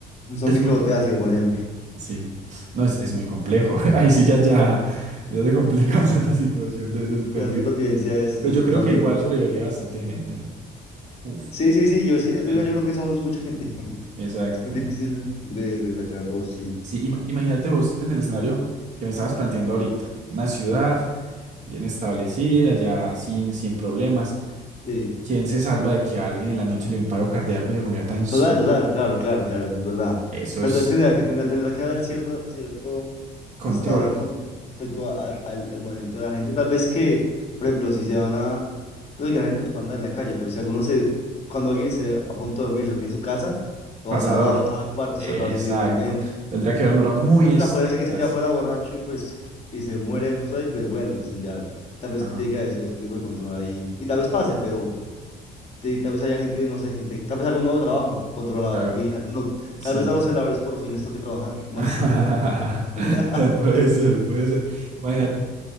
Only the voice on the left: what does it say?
Un zombie
que bote ácido, por ejemplo.
Ya la supervivencia es, es,
es
más
dura.
Sí, sí, sí, yo, es que-
es que yo creo que somos mucha gente. <laughs>
Es muy difícil de, de sacar a todos, sí.
Sí.
Total, total, claro, claro, claro, eso es verdad.
Pero
entonces tendría que tener, tendrá que haber cierto, cierto
estado de control respecto a- a- al, al movimiento de la gente. Tal vez que, por ejemplo, si se van a. No sé, que la gente pues puede andar en la calle, pero si alguno se. Cuando alguien se a punto de dormirse o que en su casa, todo
cerrado, cada cuarto
cerrado individualmente.
Tal
vez afuera, si alguien se queda afuera borracho y pues y se muere justo ahí, pues bueno, pues ya. Tal vez
tiene que haber cierto tipo de control ahí. Y tal vez pase, pero te- Tal vez haya gente, no sé, gente, tal vez haga un nuevo trabajo contra la
vigilancia. no,
tal vez a los celadores por fin les toque trabajar más
intensamente. <laughs>